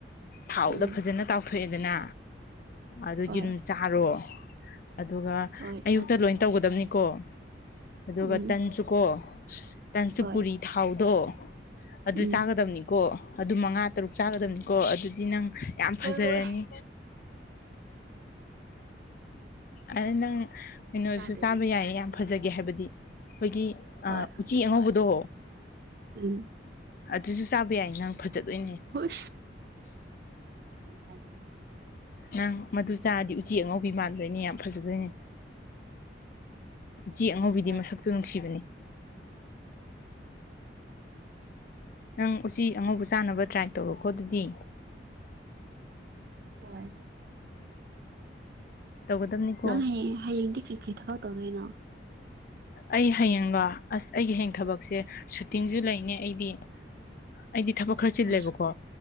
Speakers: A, on the left; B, on the right.
A: ꯊꯥꯎꯗ
B: ꯎꯝ
A: ꯐꯖꯅ ꯇꯥꯎꯊꯣꯛꯑꯦꯗꯅ ꯑꯗꯨ
B: ꯍꯣꯏ
A: ꯌꯩꯔꯨꯝ ꯆꯥꯔꯣ ꯑꯗꯨꯒ
B: ꯍꯣꯏ
A: ꯑꯌꯨꯛꯇ
B: ꯆꯥꯗꯣꯏꯅꯤ
A: ꯂꯣꯏ ꯇꯧꯒꯗꯕꯅꯤꯀꯣ ꯑꯗꯨꯒ
B: ꯎꯝ
A: ꯇꯟꯁꯨꯨꯀꯣ ꯇꯥꯟꯆꯨꯄꯨꯔꯤ
B: ꯍꯣꯏ
A: ꯊꯥꯎꯗꯣ ꯑꯗꯨ
B: ꯎꯝ
A: ꯆꯥꯒꯗꯕꯅꯤꯀꯣ ꯑꯗꯨ ꯃꯉꯥ ꯇꯔꯨꯛ ꯆꯥꯒꯗꯕꯅꯤꯀꯣ ꯑꯗꯨꯗꯤ ꯅꯪ ꯌꯥꯝ ꯐꯖꯔꯅꯤ
B: ꯍꯣꯏ ꯍꯣꯏ
A: ꯑ ꯅꯪ ꯀꯩꯅꯣꯁꯨ
B: ꯆꯥꯗꯣꯏꯅꯦ
A: ꯆꯥꯕ
B: ꯆꯥꯗꯣꯏꯅꯦ
A: ꯌꯥꯏꯌꯦ ꯌꯥꯝ ꯐꯖꯒꯦ ꯍꯥꯏꯕꯗꯤ ꯑꯩꯈꯣꯏꯒꯤ
B: ꯍꯣꯏ
A: ꯑꯥ ꯎꯆꯤ ꯑꯉꯧꯕꯗꯣ
B: ꯎꯝ
A: ꯑꯗꯨꯁꯨ ꯆꯥꯕ ꯌꯥꯏ ꯅꯪ ꯐꯖꯗꯣꯏꯅꯦ
B: ꯍꯣꯏ <inaudible>
A: ꯅꯪ ꯃꯗꯨ ꯆꯥꯔꯗꯤ ꯎꯆꯤ ꯑꯉꯧꯕꯤ ꯃꯥꯟꯗꯣꯏꯅꯦ ꯌꯥꯝ ꯐꯖꯗꯣꯏꯅꯦ ꯎꯆꯤ ꯑꯉꯧꯕꯤꯗꯤ
B: ꯆꯥꯗꯣꯏꯅꯦ
A: ꯃꯁꯛꯁꯨ ꯅꯨꯡꯁꯤꯕꯅꯤ ꯅꯪ ꯎꯆꯤ ꯑꯉꯧꯕ ꯆꯥꯅꯕ ꯇ꯭ꯔꯥꯏ ꯇꯧꯔꯣꯀꯣ ꯑꯗꯨꯗꯤ
B: ꯍꯣꯏ
A: ꯇꯧꯒꯗꯕꯅꯤꯀꯣ
B: ꯅꯪ ꯍꯌꯦꯡ ꯍꯌꯦꯡꯗꯤ ꯀ꯭ꯔꯤ ꯀ꯭ꯔꯤ ꯊꯕꯛ ꯇꯧꯗꯣꯏꯅꯣ
A: ꯑꯩ ꯍꯥꯌꯦꯡꯂꯣ ꯑꯁ ꯑꯩꯒꯤ ꯍꯌꯦꯡ ꯊꯕꯛꯁꯦ ꯁꯨꯇꯤꯡꯁꯨ ꯂꯩꯅꯩ ꯑꯩꯗꯤ ꯑꯩꯗꯤ ꯊꯕꯛ ꯈꯔ ꯆꯤꯜꯂꯦꯕꯀꯣ
B: ꯑꯁ